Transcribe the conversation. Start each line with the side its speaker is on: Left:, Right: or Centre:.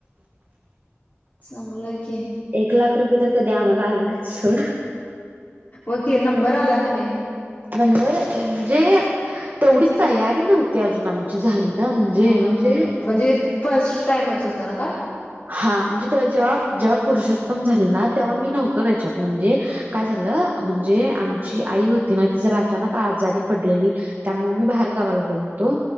Left: चांगलय की.
Right: एक लाख रुपये तर कधी आम्हाला आल नाहीत सोड.
Left: ओके नंबर आला का नाही?
Right: नंबर म्हणजे तेवढीच तयारी नव्हती अजून आम ची झाली ना म्हणजे
Left: ह
Right: म्हणजे
Left: हा हा हा म्हणजे फर्स्ट टाईमच होता नव्ह का?
Right: हा म्हणजे तेव्हा जेव्हा जेव्हा पुरुषोत्तम झाले ना तेव्हा मी नव्हतो त्याच्यात म्हणजे काय झालं म्हणजे आमची आई होती ना ती जरा अचानक आजारी पडलेली त्यामूळ मी बाहेर गावाला गेले तो